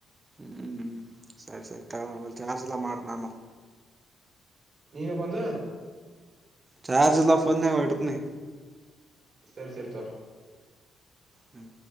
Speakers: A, on the right; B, on the right.
A: ಹ್ಮ್ ಹ್ಮ್ ಹ್ಮ್ ಸರಿ ಸರಿ ತಗ ಚಾರ್ಜ್ ಇಲ್ಲ ಮಾಡ್ತಿನಿ ಆಮೇಲೆ
B: ನೀನ ಬಂದ
A: ಚಾರ್ಜ ಇಲ್ಲ ಫೊನಿನಾಗ ಇಡ್ತಿನಿ
B: ಸರಿ ಸರಿ ತಗ
A: ಹ್ಮ್